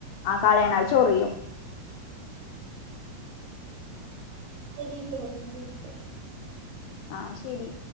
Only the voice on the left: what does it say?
ആഹ് കളയണം അത് ചൊറിയും
ആഹ് ശരി